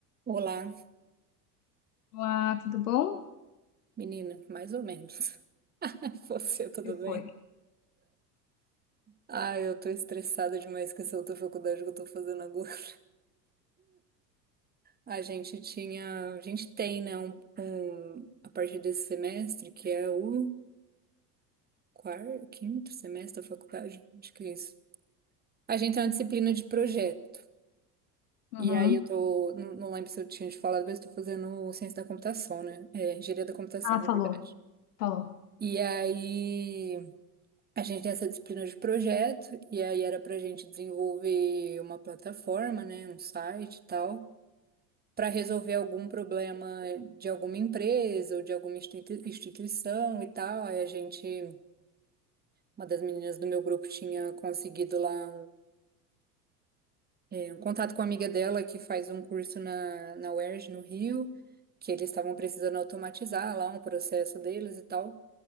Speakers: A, on the right; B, on the left.
A: Olá,
B: Olá, tudo bom? O
A: menina, mais ou menos. <laughs> Você, tudo
B: que foi?
A: bem? Ah, eu tô estressada demais com essa outra faculdade que eu tô fazendo agora. <laughs> A gente tinha, a gente tem, né, um, um- a partir desse semestre, que é o quarto, quinto semestre da faculdade, acho que é isso. A gente tem uma disciplina de projeto.
B: Uhum.
A: E aí eu tô, não, não lembro se eu tinha te falado, mas eu tô fazendo ciência da computação, né? É, engenharia da computação,
B: Ah,
A: na
B: falou,
A: verdade.
B: falou.
A: E aí A gente tem essa disciplina de projeto, e aí era pra gente desenvolver uma plataforma, né, um site e tal, para resolver algum problema de alguma empresa ou de alguma institui- instituição e tal. Aí a gente, uma das meninas do meu grupo tinha conseguido lá eh, um contato com a amiga dela que faz um curso na, na UERJ, no Rio, que eles estavam precisando automatizar lá um processo deles e tal.